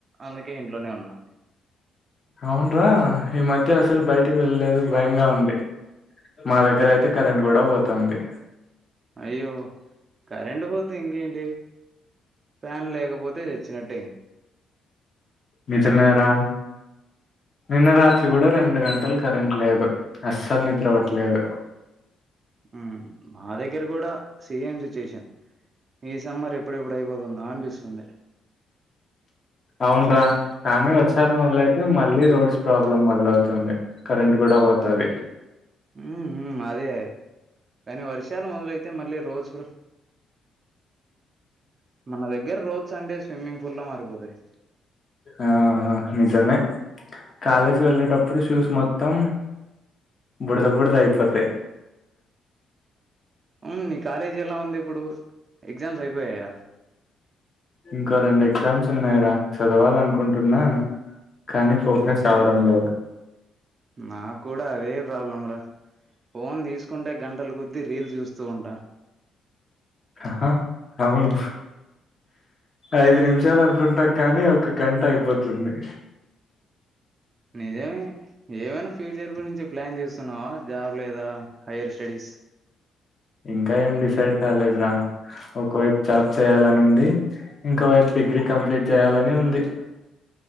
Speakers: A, on the right; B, on the left.
A: అందుకే ఇంట్లోనే ఉన్నా
B: అవున్రా ఈ మధ్య అసలు బయటకి వెళ్ళలేదు భయంగా ఉంది మా దగ్గర అయితే కరెంట్ కూడా పోతుంది
A: అయ్యో కరెంటు పోతే ఇంకేంటి ఫ్యాన్ లేకపోతే తెచ్చినట్టే
B: నిజమేరా నిన్న రాత్రి కూడా రెండు గంటలు కరెంట్ లేదు అస్సలు నిద్రపట్లేదు
A: హ్మ్ మా దగ్గర కూడా సేమ్ సిచ్యుయేషన్ ఈ సమ్మర్ ఎప్పుడెప్పుడు అయిపోతుందో అనిపిస్తుంది
B: అవున్రా కానీ వర్షాలు మొదలైతే మళ్ళీ రోడ్స్ ప్రాబ్లమ్ మొదలవుతుంది కరెంట్ కూడా కూడ పోతది
A: ఉ అదే కానీ వర్షాలు మొదలైతే మళ్ళీ రోడ్స్ మన దగ్గర రోడ్స్ అంటే స్విమ్మింగ్ పూల్లా మారిపోతాయి
B: ఆ నిజమే కాలేజ్కి వెళ్ళేటప్పుడు షూస్ మొత్తం బుడదా బుడదా ఐపోతాయి
A: ఆ మీ కాలేజీ ఎలా ఉంది ఇప్పుడు ఎగ్జామ్స్ అయిపోయాయా
B: ఇంకో రెండు ఎగ్జామ్స్ ఉన్నాయిరా చదవాల అనుకుంటున్నా కానీ ఫోకస్ రావడంలేదు
A: నాకు కూడా అదే ప్రాబ్లం రా ఫోన్ తీసు కుంటే గంటలు కొద్దీ రీల్స్ చూస్తూ ఉంటా
B: అహ అవును ఐదు నిమిషాలు అనుకుంటాం కానీ ఒక గంట అయిపోతుంది
A: నిజమే ఏమైనా ఫ్యూచర్ గురించి ప్లాన్ చేస్తున్నావా జాబ్ లేదా హైయర్ స్టడీస్
B: ఇంకా ఏం డిసైడ్ కాలేదురా ఒకవైపు జాబ్ చేయాలని ఉంది ఇంకోవైపు డిగ్రీ కంప్లీట్ చేయాలని ఉంది